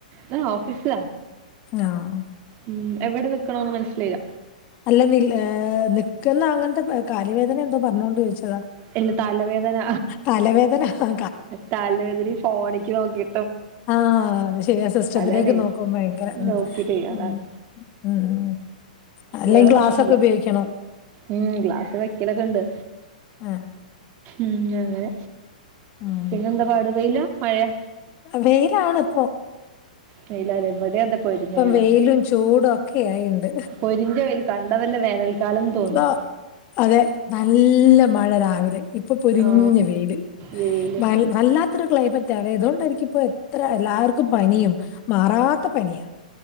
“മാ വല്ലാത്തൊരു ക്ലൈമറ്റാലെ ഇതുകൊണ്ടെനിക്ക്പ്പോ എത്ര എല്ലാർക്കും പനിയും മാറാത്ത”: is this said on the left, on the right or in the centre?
Left